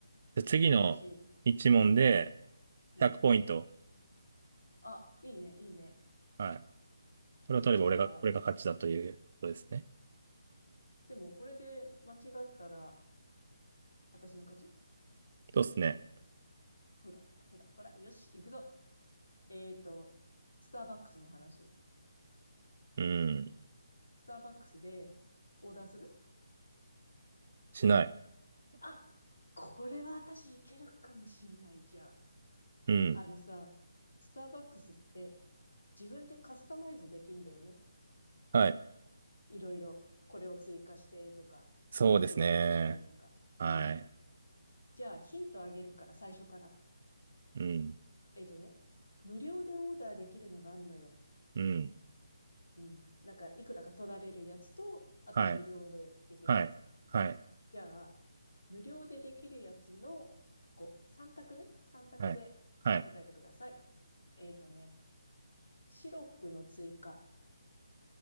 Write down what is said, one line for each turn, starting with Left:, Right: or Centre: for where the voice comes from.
Right: じゃあ次の一問で
Left: じゃあ私、うん。うん。
Right: 100ポイント。
Left: あ、いいね、いいね。
Right: はい。これを取れば俺が、
Left: じゃあ、
Right: 俺が勝ちだということですね。
Left: でもこれで間違ったら、私の勝ち
Right: そうですね。
Left: ほら、ほら、ほら、よし、行くぞ。えーと、スターバックスの話。
Right: うん。
Left: スターバックスでオーダーする
Right: しない。
Left: あ、これは私いけるかもしんないじゃあ。
Right: うん。
Left: あのさ、スターバックスって自分でカスタマイズできんだよね。
Right: はい。
Left: いろいろ。これを追加してとか、
Right: そうですね。
Left: これはいらないとか。
Right: はい。
Left: うん。じゃあヒントあげるから最初から。
Right: うん。
Left: えっとね、無料でオーダーできるのがあんのよ。
Right: うん。
Left: うん。なんかいくらか取られるやつと、あと無料でできるやつ。
Right: はい。はい。はい。
Left: じゃあ、無料でできるやつの、こう、3択ね。3択で答えてください。
Right: はい。はい。
Left: えっとね、シロップの追加